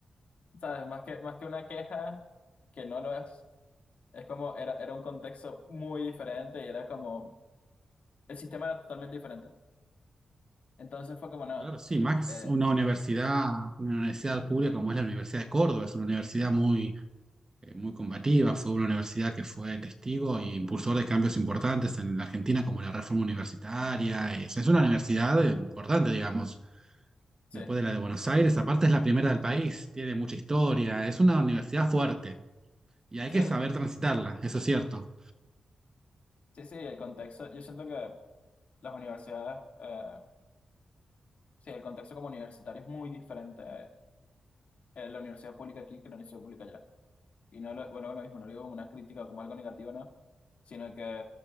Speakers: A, on the left (about 70°); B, on the right (about 25°).
A: ¿sabes? Más que, más que una queja, que no lo es, es como era, era un contexto muy diferente y era como, el sistema era totalmente diferente. Entonces fue como nada.
B: Claro, sí, Max,
A: eh,
B: una universidad, una universidad pública como es la Universidad de Córdoba, es una universidad muy, eh, muy combativa, fue una universidad que fue testigo e impulsor de cambios importantes en la Argentina, como la reforma universitaria, eh, o sea, es una universidad eh, importante, digamos,
A: sí,
B: después de la de Buenos Aires, aparte es la primera del país, tiene mucha historia, es una universidad fuerte y hay
A: sí,
B: que
A: el-
B: saber transitarla, eso es cierto.
A: sí, sí, el contexto, yo siento que las universidades... eh, Sí, el contexto como universitario es muy diferente eh, la universidad pública aquí que la universidad pública allá. Y no lo, vuelvo a lo mismo, no lo digo como una crítica o como algo negativo, no, sino que